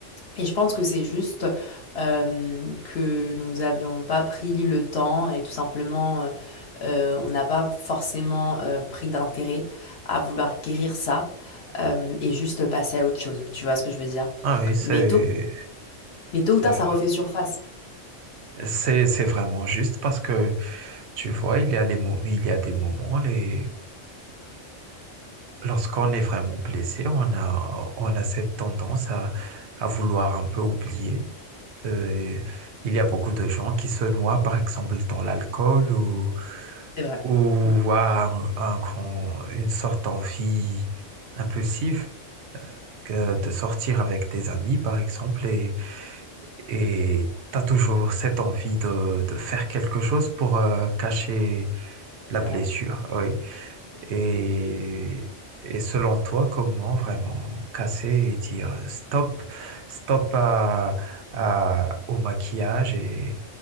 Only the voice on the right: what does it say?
ah oui, c'est
c'est
vrai.
C'est c'est vraiment juste parce que tu vois, il y a les mo- il y a des moments les lorsqu'on est vraiment blessé, on a on a cette tendance à à vouloir un peu oublier. Euh, il y a beaucoup de gens qui se noient, par exemple, dans l'alcool ou,
ou
à un, un grand, une sorte d'envie impulsive que de sortir avec tes amis, par exemple, et, et tu as toujours cette envie de, de faire quelque chose pour euh, cacher la
blessure.
Oui. Et,
et selon toi, comment vraiment casser et dire stop, stop à, à- au maquillage et,